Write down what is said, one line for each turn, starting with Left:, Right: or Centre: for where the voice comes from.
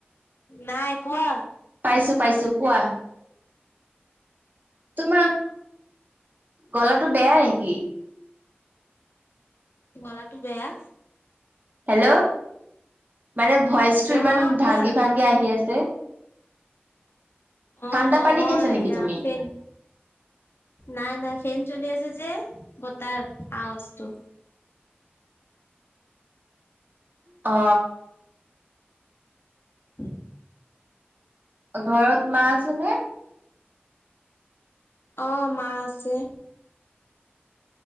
Left: নাই কোৱা।
Right: পাইছো পাইছো কোৱা। তোমাৰ গলাটো বেয়া নেকি?
Left: গলাটো বেয়া।
Right: হেল্ল'। মানে ভইচ
Left: হেল্ল'
Right: টো ইমান
Left: অ কোৱা
Right: ভাঙি ভাঙি আহি আছে।
Left: অ
Right: ঠাণ্ডা
Left: নহয়
Right: পানী খাইছা নেকি
Left: ইাৰ
Right: তুমি
Left: ফে নাই নাই ফেন চলি আছে যে বতাৰ আৱাজটো।
Right: অ।
Left: <inaudible>
Right: ঘৰত মা আছে নে
Left: অ মা আছে